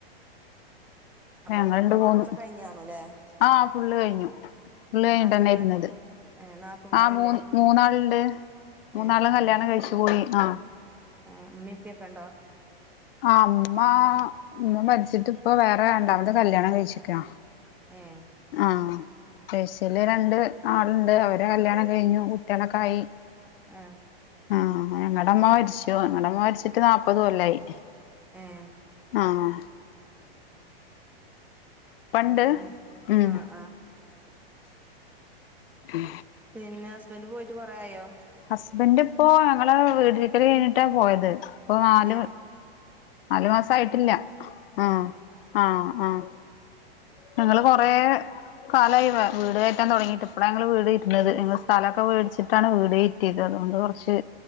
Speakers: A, in the centre; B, on the left.
A: അപ്പൊ
B: ഞങ്ങണ്ട്
A: വീട് പണി
B: പോന്നു
A: ഫുള്ള് കഴിഞ്ഞ് കണുല്ലേ
B: ആഹ് ഫുള്ള് കഴിഞ്ഞു. <unintelligible> കയിഞ്ഞിട്ടന്നെ
A: നാത്തൂമാര്
B: ഇരുന്നത്
A: ഏഹ് നാത്തൂമാരില്ലേ
B: ആഹ് മൂ മൂന്നാളിണ്ട്. മൂന്നാളും
A: ഏഹ്
B: കല്യാണം കഴിച്ചു പോയി, ആഹ്
A: ഏ ഇമ്മി ഇപ്പയൊക്കെ ഒണ്ടോ?
B: അമ്മ അമ്മ മരിച്ചിട്ട് ഇപ്പ വേറെ രണ്ടാമത് കല്യാണം കഴിച്ച്ക്കാ.
A: എഹ്
B: ആഹ് പേഷ്യല് രണ്ട് ആളുണ്ട്, അവരെ കല്യാണം കഴിഞ്ഞു, കുട്ടികളൊക്കെ ആയി.
A: ആഹ്
B: ആഹ് ഞങ്ങടെ അമ്മ മരിച്ചു, ഞങ്ങടെ അമ്മ മരിച്ചിട്ട് നാല്പത് കൊല്ലായി.
A: ഏഹ്
B: ആഹ് ഇപ്പണ്ട്
A: പിന്നെ
B: ഉം
A: ആഹ് ആഹ്
B: മ്
A: പിന്നെ ഹസ്ബന്റ് പോയിട്ട് കൊറായോ?
B: ഹസ്ബൻന്റ് ഇപ്പോ ഞങ്ങള് വീട്ടരിക്കല് കഴിഞ്ഞിട്ടാ പോയത്, ഇപ്പോ നാല്
A: ഏഹ്
B: നാലു മാസ ആയിട്ടില്ല, ആഹ്
A: ഏഹ്
B: ആണോ ആഹ് ഞങ്ങള് കൊറെ കാലായി വ വീട് കേ റ്റം തൊടങ്ങിയിട്ട് ഇപ്പളാ ഞങ്ങള് വീട് ഇരുന്നത്, ഞങ്ങൾ സ്ഥലൊക്കെ വേടിച്ചിട്ടാണ് വീട് കേറ്റിയത് അതുകൊണ്ട് കൊറച്ച്